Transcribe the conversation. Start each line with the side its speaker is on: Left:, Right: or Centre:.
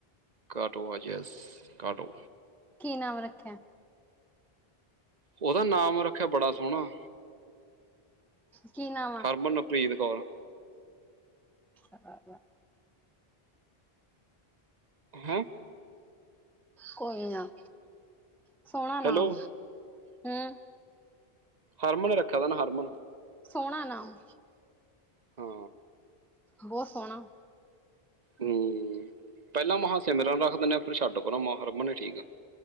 Right: ਘਾਟੋ ਅਜੱਸ ਘਾਟੋ।
Centre: ਕੀ ਨਾਮ ਰੱਖਿਆ।
Right: ਉਹਦਾ ਨਾਮ ਰੱਖਿਆ ਬੜਾ ਸੋਹਣਾ।
Centre: ਕੀ ਨਾਮ ਆ।
Right: ਹਰਮਨਪ੍ਰੀਤ ਕੌਰ
Centre: ਆ।
Right: ਹੈਂ।
Centre: ਕੋਈ ਨਾ ਸੋਹਣਾ ਨਾਮ।
Right: ਹੈਲੋ
Centre: ਹੂੰ।
Right: ਹਰਮਨ ਰੱਖਿਆ ਦਾ ਨਾ ਹਰਮਨ।
Centre: ਸੋਨਾ ਨਾਮ।
Right: ਹਾਂ
Centre: ਬਹੁਤ ਸੋਹਨਾ।
Right: ਹੂੰ ਪਹਿਲਾਂ ਮਹਾ ਸਿਮਰਨ ਰੱਖ ਦਿੰਦੇ ਆ ਫਿਰ ਛੱਡ ਪਰਾਂ ਮਹਾਂ ਰਮਨ ਨੇ ਠੀਕ ਆ।